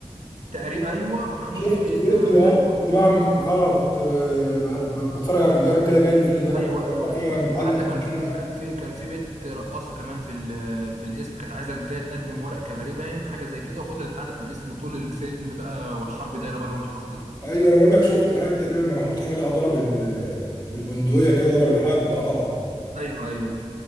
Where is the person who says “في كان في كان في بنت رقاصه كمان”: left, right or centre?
Right